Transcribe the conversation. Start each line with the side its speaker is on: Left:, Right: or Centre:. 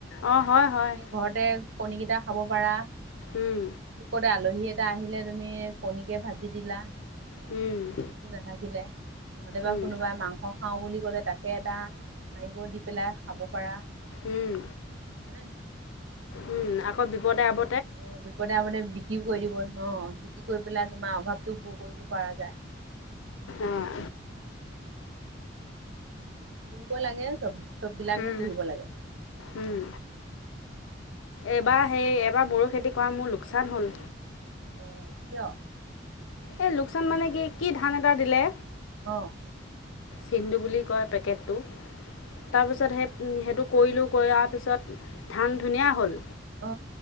Left: অঁ হয় হয়
Right: তুমি ঘৰতে কণীকেইটা খাব পাৰা। দুকতে,
Left: উম
Right: আলহী এটা আহিলে তুমি কণীকে ভাজি দিলা।
Left: উম,
Right: একো নাথাকিলে নহ'লে বা
Left: উম
Right: কোনোবাই মাংস। খাওঁ বুলি ক'লে তাকে এটা মাৰিব দি পেলাই খাব পাৰা।
Left: উম,
Right: হয়নে নহয়
Left: উম, আকৌ বিপদে আপ
Right: অ, বিপদে আপে বিক্ৰীও কৰি দিব ন বিক্ৰী কৰি পেলাই তোমাৰ অভাৱতটো পূৰ কৰিব পৰা যায়।
Left: অঁ
Right: পুহিব লাগে চ'ব চব বিলাকে
Left: উম
Right: পুহিব লাগে।
Left: উম, এইবাৰ
Right: ঘৰত তুমি
Left: সেই এবাৰ বড়ো খেতি কৰা মোৰ লোকচান হ'ল।
Right: অ, কিয়?
Left: এই লোকচান মানে কি কি ধান এটা দিলে।
Right: অ,
Left: চিংধু বুলি কয় পেকেটো, তাৰপিছত সেই সেইটো কৰিলোঁ কৰাৰ পিছত ধান ধুনীয়া হ'ল।
Right: অ,